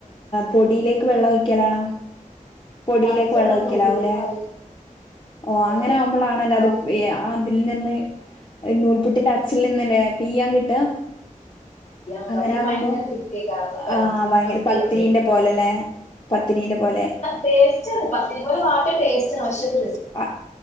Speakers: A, on the left; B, on the left.
A: പൊടിയിലേക്ക് വെള്ളം ഒഴിക്കലാണോ? പൊടിയിലേക്ക്
B: തിളച്ച
A: വെള്ളം ഒഴിക്കലാവും
B: പൊടിയിലേക്ക്
A: ല്ലേ
B: മാറും
A: ഓഹ്
B: അതെ
A: അങ്ങനെ
B: അതെ
A: ആകുമ്പളാണല്ല
B: നിങ്ങളോ
A: അത് വ്യ ആ അതിൽ നിന്ന് നൂൽപുട്ടിന്റെ അച്ഛിൽ നിന്നല്ലേ പിഴിയാൻ കിട്ടാ
B: അതാണെങ്കിൽ
A: അങ്ങനെ ആകുമ്പോ
B: ഭയങ്കര പിറ്റേക്കാരം നമുക്ക് കഴിയൂല
A: ആഹ് ഭയങ്കര
B: സ്ട്രെസ്
A: പത്തിരീന്റെ
B: ചെയ്യേണ്ടി വരും
A: പോലലേ പത്തിരീന്റെ പോലെ
B: ടേസ്റ്റ്ണ് പത്തിരി പോലെ വാട്ടിയാ ടേസ്റ്റ്ണ് പക്ഷേത്‌
A: ആഹ്